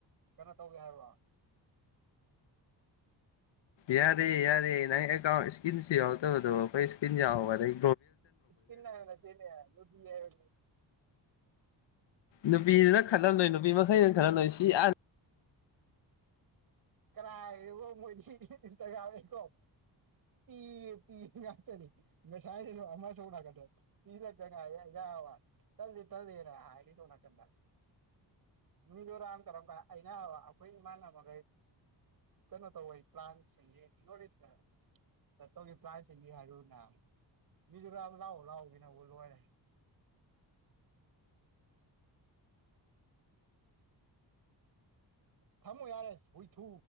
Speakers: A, on the right; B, on the left.
A: ꯀꯩꯅꯣ ꯇꯧꯒꯦ ꯍꯥꯏꯔꯣ
B: ꯌꯥꯔꯦ ꯌꯥꯔꯦ ꯅꯪ ꯏꯁꯀꯤꯟ ꯁꯤ ꯌꯥꯇ ꯀꯩ ꯏꯁꯀꯤꯟ ꯌꯥ ꯋꯥ ꯂꯩ
A: ꯏꯁꯀꯤꯟꯅꯅ ꯇꯅꯦ ꯂ
B: ꯅꯨꯄꯤꯗꯨꯅ ꯈꯜꯍꯜꯂꯣꯏ ꯅꯨꯄꯤ ꯃꯈꯩꯅꯩꯅ ꯈꯜꯂꯝꯝꯂꯣꯏ ꯁꯤ ꯑ
A: ꯀꯔꯥꯏꯕꯣ ꯃꯣꯏꯗꯤꯇ ꯀꯦꯀꯣ ꯄꯤ ꯄ ꯉꯇꯅꯤ ꯃꯁꯥꯏ ꯁꯣꯅ ꯀꯗ ꯄꯤ ꯂ ꯆꯉ ꯌꯥ ꯇꯇꯔ ꯍꯥꯏꯔꯤ ꯇꯧꯅꯥ ꯀꯟꯗꯥ
B: ꯑ
A: ꯃꯤꯗꯔꯝ ꯇꯔꯝ ꯑꯩꯅ ꯑꯩꯈꯣꯏ ꯃꯥꯜꯅ ꯎ ꯀꯩꯅꯣ ꯇꯧꯣꯏ ꯄ꯭ꯂꯥꯟꯁ ꯌꯦꯅꯤ ꯅꯣꯁꯦ ꯆꯠꯇꯧꯒꯤ ꯄ꯭ꯔꯥꯏꯖꯁꯤꯡꯒꯤ ꯍꯥꯏꯔꯨꯅꯦ ꯃꯤꯁꯨ ꯈ ꯌꯥꯝ ꯂꯥꯛꯑꯣ ꯂꯥꯛꯑꯣꯒꯤꯅꯕꯨ ꯂꯣꯏꯔꯦ ꯊꯝꯃꯣ ꯌꯥꯔꯦꯁ ꯍꯏ ꯊꯨ